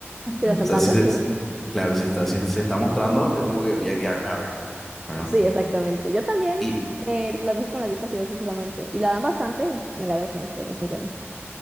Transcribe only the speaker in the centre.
O
sea,
sí se,
claro, sí está, sí se está mostrando, es como que voy a quedarme a ver, ¿verdad?
Y